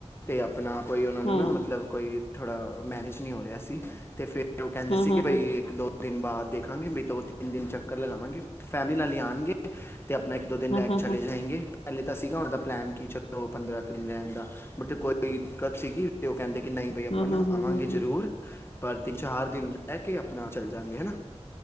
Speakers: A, on the left (about 20°); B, on the left (about 65°).
A: ਤੇ ਆਪਣਾ ਕੋਈ ਉਨਾਂ ਨੂੰ
B: ਹੂੰ
A: ਨਾ ਮਤਲਬ ਕੌਈ ਥੋੜ੍ਹਾ, ਮੈਨੇਜ ਨਈ ਹੋ ਰਿਹਾ ਸੀ, ਤੇ ਫਿਰ ਓ ਕਹਿੰਦੇ
B: ਹੂੰ
A: ਸੀ
B: ਹੂੰ
A: ਕਿ ਬਈ
B: ਹੂੰ
A: ਇੱਕ-ਦੋ ਦਿਨ ਬਾਅਦ ਦੇਖਾਂਗੇ ਵੇ ਦੋ-ਤਿੰਨ ਦਿਨ ਚੱਕਰ ਲਗਾਵਾਂਗੇ, ਫੈਮਲੀ ਨਾਲ ਈ ਆਣਗੇ। ਤੇ ਆਪਣਾ ਇੱਕ-ਦੋ ਦਿਨ
B: ਹੂੰ
A: ਰਹਿ
B: ਹੂੰ
A: ਕੇ ਚਲੇ
B: ਹੂੰ
A: ਜਾਏਗੇ। ਪੈਲੇ ਤਾਂ ਸੀਗਾ ਓਦਾ ਪਲਾਨ ਕੀ ਚਲੋ ਪੰਦਰਾਂ ਦਿਨ ਰਹਿਣ ਦਾ ਬਟ ਕੋਈ ਦਿੱਕਤ ਸੀਗੀ ਓ ਕਹਿੰਦੇ ਕਿ ਨਈ ਬਈ ਆਪਾਂ
B: ਹੂੰ
A: ਨਾ
B: ਹੂੰ ਹੂੰ
A: ਆਵਾਂਗੇ
B: ਹੂੰ
A: ਜ਼ਰੂਰ, ਪਰ ਤਿੰਨ-ਚਾਰ ਦਿਨ ਰਹਿ ਕੇ ਆਪਣਾ ਚੱਲ ਜਾਂਗੇ ਹੈ ਨਾ।